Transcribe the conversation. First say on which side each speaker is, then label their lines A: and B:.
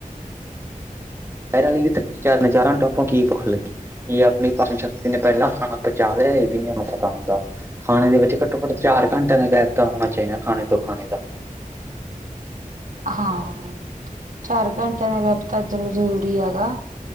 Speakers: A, on the right (about 20°); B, on the right (about 65°).
A: ਸ਼ਹਿਰ ਵਾਲੀ ਵੀ ਨਜ਼ਾਰਾਂ ਨੂੰ ਟੋਪੋ ਕੀ ਭੁੱਖ ਲੱਗੀ ਜ ਆਪਣੀ ਸ਼ਕਤੀ ਨੇ ਪਹਿਲਾਂ ਖਾਣਾ ਪਹੁੰਚਾ ਲਿਆ ਇਹ ਵੀ ਨ ਪਤਾ ਹੁੰਦਾ ਖਾਣੇ ਦੇ ਵਿੱਚ ਘੱਟੋ ਘੱਟ ਚਾਰ ਘੰਟੇ ਦਾ ਗੈਪ ਤਾਂ ਹੋਣਾ ਚਾਹੀਦਾ ਖਾਣੇ ਤੋਂ ਖਾਣੇ ਦਾ
B: ਹਾਂ ਚਾਰ ਘੰਟਿਆਂ ਦਾ ਗ ਤਾਂ ਚਲ ਜ਼ਰੂਰੀ ਹੈਗਾ